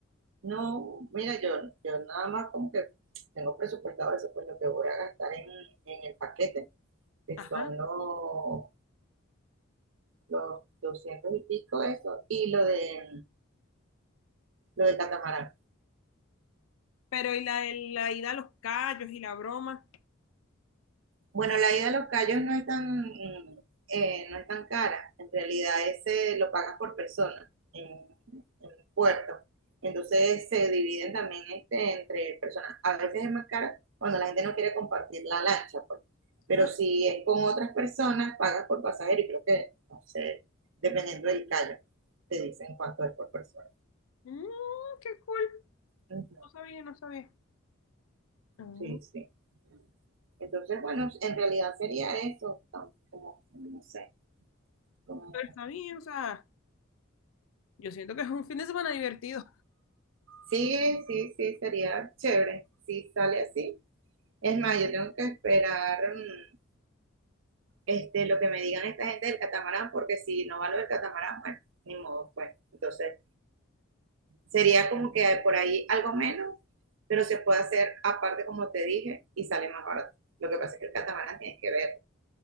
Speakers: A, on the right; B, on the left.
A: no, mira, yo, yo nada más como que tengo presupuestado eso, pues lo que voy a gastar en, en el paquete, que
B: Ajá.
A: son los, los 200 y pico eso, y lo de lo del catamarán.
B: Pero y la, la ida a los callos y la broma.
A: Bueno, la ida a los Cayos no es tan, mm, eh, no es tan cara. En realidad, ese lo pagas por persona en, en puerto. Entonces se dividen también este, entre personas. A veces es más cara cuando la gente no quiere compartir la lancha, pues. Pero
B: Ah,
A: si es con otras personas, pagas por pasajero y creo que, no sé, dependiendo del callo, te dicen cuánto es por persona.
B: mm, qué cool.
A: Ujú,
B: No sabía, no sabía. Mm.
A: Sí, sí. Entonces, bueno, en realidad sería eso, tam- como, no sé, como
B: Pero está bien, o sea, yo siento que es un fin de semana divertido.
A: Sí, sí, sí, sería chévere si sale así. Es más, yo tengo que esperar mm, este, lo que me digan esta gente del catamarán, porque si no va lo del catamarán, bueno, ni modo, pues. Entonces, sería como que hay por ahí algo menos, pero se puede hacer aparte, como te dije, y sale más barato. Lo que pasa es que el catamarán tienes que ver